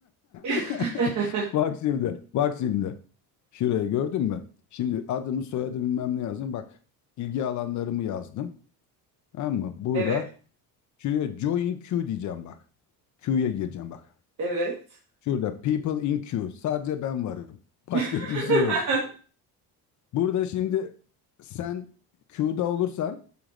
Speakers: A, on the right; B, on the left.
A: <laughs>
B: <laughs> Bak şimdi, bak şimdi. Şurayı gördün mü? Şimdi adımı, soyadı bilmem ne yazdım. Bak ilgi alanlarımı yazdım. Tamam mı? Burada
A: Evet,
B: şuraya join queue diyeceğim bak. Queue'ya gireceğim bak.
A: evet.
B: Şurada people in queue. Sadece ben varım. Başka
A: <laughs>
B: kimse yok. Burada şimdi sen queue'da olursan